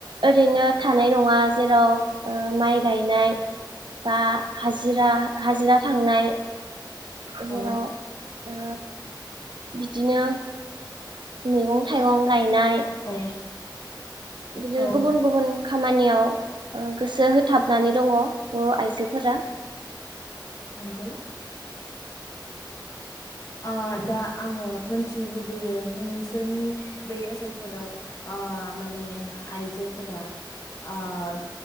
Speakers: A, on the right; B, on the left.
A: ओरैनो थानाय नङा जेराव ओ माइ गायनाय बा हाजिरा हाजिरा थांनाय
B: औ
A: जेराव ओ बिदिनो मैगं थाइगं गायनाय
B: औ
A: बिदिनो
B: औ
A: गुबुन गुबुन खामानियाव ओ गोसो होथाबनानै दङ बर' आइजोफोरा।
B: नोंगौ। आं दा आङो मोन्थिनो लुबैयो नोंसोरनि बे ओनसोलफोराव ओ माने आइजोफोरा आं